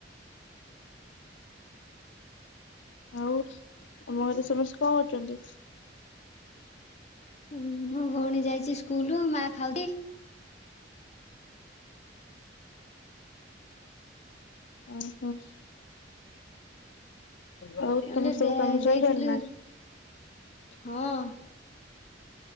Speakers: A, on the left; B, on the left.
A: ଆଉ ତମ ଘରେ ସମସ୍ତେ କଣ ଅଛନ୍ତି?
B: ହୁଁ ହୁଁ ମୋ ଭଉଣୀ ଯାଇଛି ସ୍କୁଲ ମା ଖାଉଛି।
A: ଉ ହୁଁ। ହଉ
B: ଆମେ
A: ତମ ସବୁ
B: ଯୋଉ
A: କାମ ସଇଲାଣି
B: ଦେଇଥିଲୁ
A: ନା?
B: ହଁ